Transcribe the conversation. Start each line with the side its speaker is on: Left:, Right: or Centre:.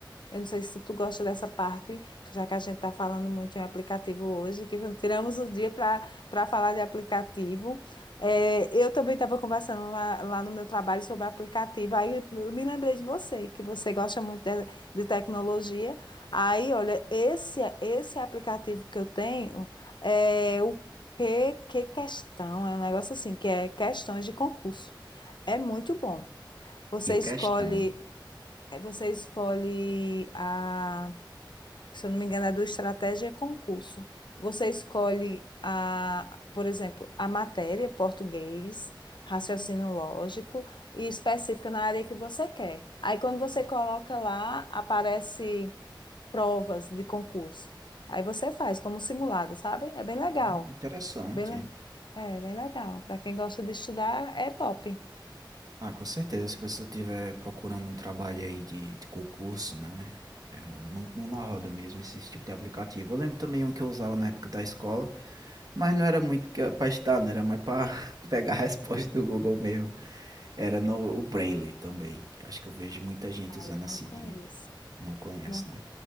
Left: Eu não sei se tu gosta dessa parte, já que a gente está falando muito em aplicativo hoje, que tiramos o dia para para falar de aplicativo. É, eu também estava conversando lá, lá no meu trabalho sobre aplicativo, aí eu me lembrei de você, que você gosta muito de, de tecnologia. Aí, olha, esse, esse aplicativo que eu tenho é o que, que questão, é um negócio assim, que é questões de concurso. É muito bom. Você
Right: Que questão.
Left: escolhe é, Você escolhe a, se eu não me engano, é do Estratégia e Concurso. Você escolhe a, por exemplo, a matéria, português, raciocínio lógico e específica na área que você quer. Aí quando você coloca lá, aparece provas de concurso. Aí você faz como simulado, sabe? É bem legal.
Right: Ah, interessante.
Left: Bem, le- é bem legal. Para quem gosta de estudar, é top.
Right: Ah, com certeza, se a pessoa estiver procurando um trabalho aí de, de concurso, né? É mu- muito mão na roda mesmo esse tipo de aplicativo. Eu lembro também um que eu usava na época da escola, mas não era muito que- pra estudar, não era mais pra <laughs> pegar a resposta do Google mesmo. Era no o Brainly também, que eu acho que eu vejo muita gente
Left: Ah,
Right: usando
Left: eu não
Right: assim
Left: conheço.
Right: que não conhece,
Left: Não,
Right: né?